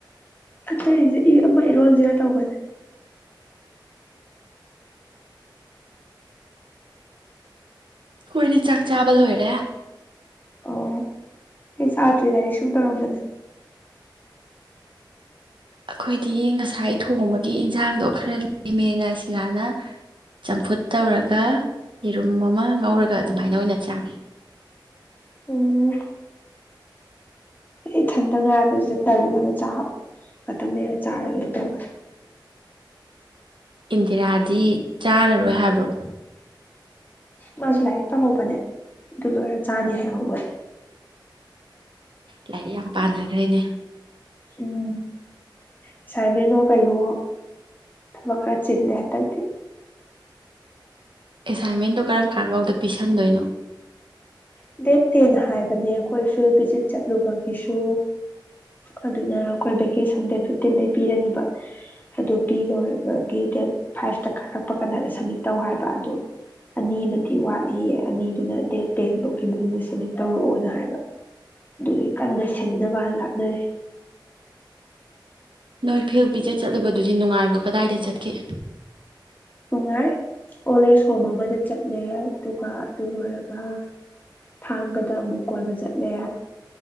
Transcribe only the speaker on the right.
ꯍꯣꯏꯅꯦ ꯆꯥꯛ ꯆꯥꯕ ꯂꯣꯏꯔꯦ
ꯑꯩꯈꯣꯏꯗꯤ ꯉꯁꯥꯏ ꯊꯣꯡꯕꯒꯤ ꯏꯟꯁꯥꯡꯗꯣ ꯈꯔ ꯂꯦꯝꯃꯦꯅ ꯁꯤꯂꯥꯅ ꯆꯝꯐꯨꯠ ꯇꯧꯔꯒ ꯌꯦꯔꯨꯝ ꯑꯃ ꯉꯧꯔꯒ ꯑꯗꯨꯃꯥꯏꯅ ꯑꯣꯏꯅ ꯆꯥꯡꯉꯤ
ꯏꯟꯗꯤꯔꯥꯗꯤ ꯆꯥꯔꯔꯣꯏ ꯍꯥꯏꯕ꯭ꯔꯣ
ꯂꯥꯏꯔꯤꯛ ꯌꯥꯝ ꯄꯥꯅꯈ꯭ꯔꯦꯅꯦ
ꯑꯦꯁꯥꯏꯟꯦꯟꯔꯝ ꯃꯈꯥꯟꯐꯧꯗ ꯄꯤꯤꯁꯟꯗꯣꯏꯅꯣ
ꯅꯣꯏ ꯐꯤ ꯄꯤꯖꯦ ꯆꯠꯂꯨꯕꯗꯨꯗꯤ ꯅꯨꯡꯉꯥꯏꯕ ꯀꯗꯥꯏꯗ ꯆꯠꯈꯤ